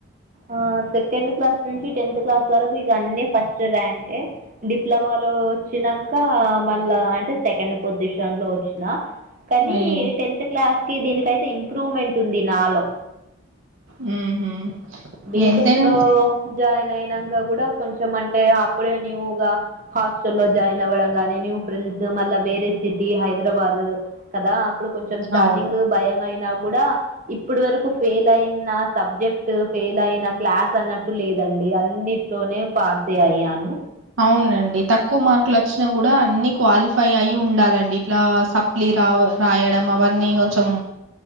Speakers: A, on the right (about 40°); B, on the right (about 70°).
A: ఆ. ఆ సెకండ్ క్లాస్ నుంచి, టెన్త్ క్లాస్ వరకు, ఇగ అన్నీ ఫస్ట్ ర్యాంకే, డిప్లొమా లో, వొచ్చి. ఇదంతా మళ్ళా అంటే సెకండ్ పొజిషన్ లో వొచ్చిన. కనీ
B: అయ్యో!
A: టెన్త్ క్లాస్ కి దీనికైతే ఇంప్రూవ్మెంట్ ఉంది, నాలో.
B: హుహు.
A: బీటెక్
B: ఎంతైనా
A: లో జాయిన్ అయినంక గుడ కొంచం అంటే అప్పుడే న్యూగా. హాస్టల్ లో జాయిన్ అవ్వడం గానీ, న్యూ ఫ్రెండ్స్, మళ్ళా వేరే సిటీ, హైదరాబాదు ఉ. కదా అప్పుడు కొంచం, స్టాటింగ్
B: అవును.
A: భయం అయినా కూడా, ఇప్పడు వరకు ఫెయిల్ అయిన సబ్జెక్ట్ టు ఉ. ఎలాయినా క్లాస్ అన్నట్టు లేదండి అన్నిట్లోనే పాసె అయ్యాను.
B: అవునండి తక్కువ మార్కులు వొచ్చిన గు. కుడా అన్ని క్వాలిఫై అయి ఉండాలండి ఇట్లా సప్లీ రావు రాయడం అవన్నీ ఇగ కొంచం.